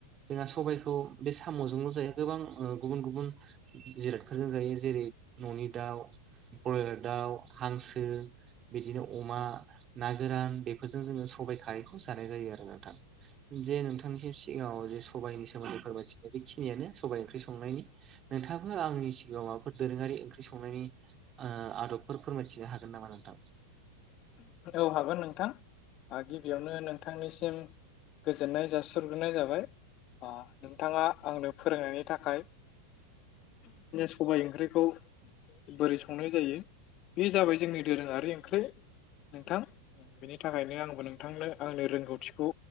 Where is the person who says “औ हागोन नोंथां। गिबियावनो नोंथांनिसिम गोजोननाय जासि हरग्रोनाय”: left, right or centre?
Left